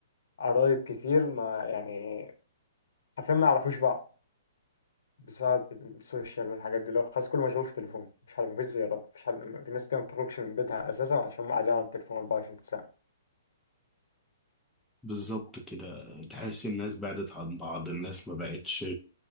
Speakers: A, on the left; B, in the centre.
A: قرايب كتير ما يعني حرفيا ما يعرفوش بعض بسبب السوشيال والحاجات دي اللي هو خلاص كله مشغول في التليفون مفيش حد مفيش زيارات مفيش حد في ناس كده ما بتخرجش من بيتها اساسا عشان هم قاعدين على التليفون 24 ساعة
B: بالظبط كده تحس الناس بعدت عن بعض الناس ما بقتش